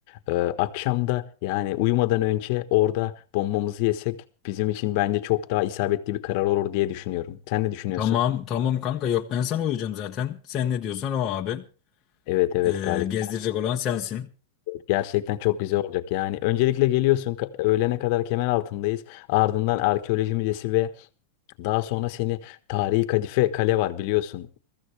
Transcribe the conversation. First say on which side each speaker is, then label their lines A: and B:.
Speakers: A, on the left; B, on the left.
A: Ee, akşam yani uyumadan önce orada bombamızı yesek bizim için bence çok daha isabetli bir karar olur diye düşünüyorum. Sen ne düşünüyorsun?
B: Tamam tamam kanka yok ben sana uyacağım zaten. Sen ne diyorsan o abi.
A: Evet evet
B: E,
A: Galip.
B: gezdirecek olan sensin.
A: Gerçekten çok güzel olacak. Yani öncelikle geliyorsun ka- öğlene kadar kemer altındayız. Ardından arkeoloji müzesi ve daha sonra seni tarihi Kadife Kale var biliyorsun.